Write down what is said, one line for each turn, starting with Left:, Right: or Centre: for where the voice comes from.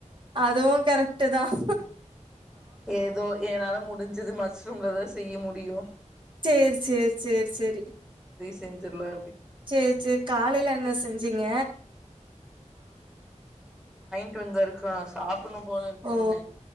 Right: அதுவும் கரெக்ட்டு தான்
Centre: ஏதோ என்னால முடிஞ் இது மஸ்ரூம்ல தா செய்ய முடியு
Right: சேரிச்சேர் சேர்ச்சேரி
Centre: செஞ்சிர்லா
Right: சேர்ச்சேரி காலையில என்ன செஞ்சீங்க
Centre: ட்டு வந்தாருக்கா சாப்படணும் போல இருக்குன்ன
Right: ஓ